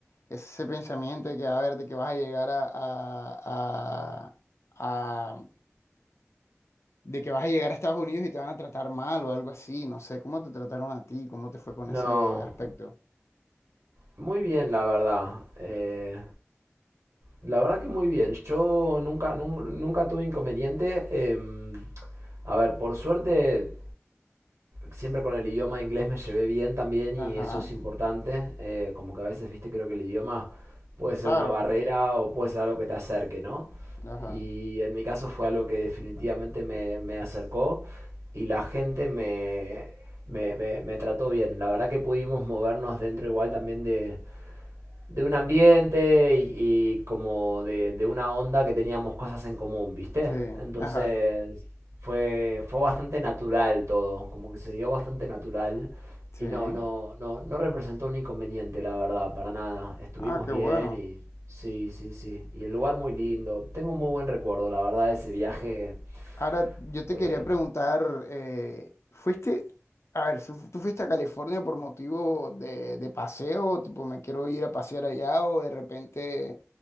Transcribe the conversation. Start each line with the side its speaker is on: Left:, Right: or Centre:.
Left: ese pensamiento de que, a ver, de que vas a llegar a, a, a, a- de que vas a llegar a Estados Unidos y te van a tratar mal o algo así, no sé, ¿cómo te trataron a ti? ¿Cómo te fue con
Right: No,
Left: ese aspecto?
Right: muy bien, la verdad. Eh, la verdad que muy bien. Yo nunca, nun- nunca tuve inconveniente. em, a ver, por suerte, siempre con el idioma inglés me llevé bien también y
Left: Ajá,
Right: eso es importante. Eh, como que a veces, viste, creo que el idioma puede ser
Left: claro,
Right: una barrera o puede ser algo que te acerque, ¿no?
Left: ajá,
Right: Y en mi caso fue algo que definitivamente me, me acercó y la gente me, me, me- me trató bien. La verdad que pudimos movernos dentro igual también de, de un ambiente y, y como de, de una onda que teníamos cosas en común, ¿viste?
Left: sí,
Right: Entonces
Left: ajá.
Right: fue, fue bastante natural todo, como que se dio bastante natural
Left: Sí.
Right: y no, no, no, no representó un inconveniente, la verdad, para nada. Estuvimos
Left: Ah, qué
Right: bien
Left: bueno.
Right: y sí, sí, sí. Y el lugar muy lindo. Tengo un muy buen recuerdo, la verdad, de ese viaje.
Left: Ahora, yo
Right: Fue...
Left: te quería preguntar, eh, ¿fuiste, a ver, ¿tú, tú fuiste a California por motivo de, de paseo? Tipo, me quiero ir a pasear allá o de repente